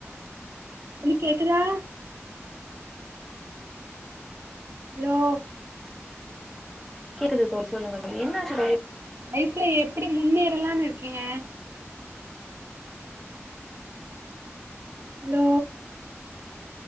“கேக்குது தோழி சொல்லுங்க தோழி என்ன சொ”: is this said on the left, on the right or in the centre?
Centre